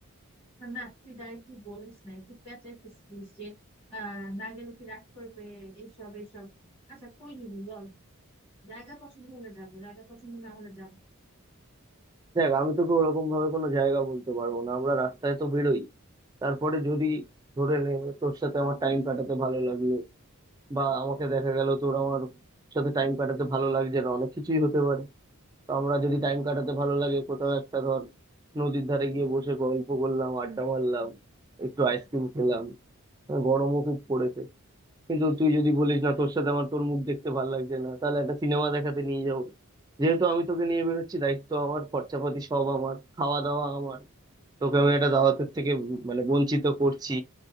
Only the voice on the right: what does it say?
দেখ আমি তোকে ওরকম ভাবে কোনো জায়গা বলতে পারবো না আমরা রাস্তায় তো বেরোই তারপরে যদি ধরে নে তোর সাথে আমার টাইম কাটাতে ভালো লাগলো বা আমাকে দেখা গেল তোর আমার সাথে টাইম কাটাতে ভালো লাগছে না অনেক কিছুই হতে পারে তো আমরা যদি টাইম কাটাতে ভালো লাগে কোথাও একটা ধর নদীর ধারে গিয়ে বসে গল্প করলাম আড্ডা মারলাম একটু আইসক্রিম খেলাম হ্যাঁ, গরমও খুব পড়েছে কিন্তু তুই যদি বলিস না তোর সাথে আমার তোর মুখ দেখতে ভালো লাগছে না তাহলে একটা সিনেমা দেখাতে নিয়ে যাবো যেহেতু আমি তোকে নিয়ে বেরোচ্ছি দায়িত্ব আমার খরচাপাতি সব আমার খাওয়া দাওয়া আমার তোকে আমি একটা দাওয়াতের থেকে মানে বঞ্চিত করছি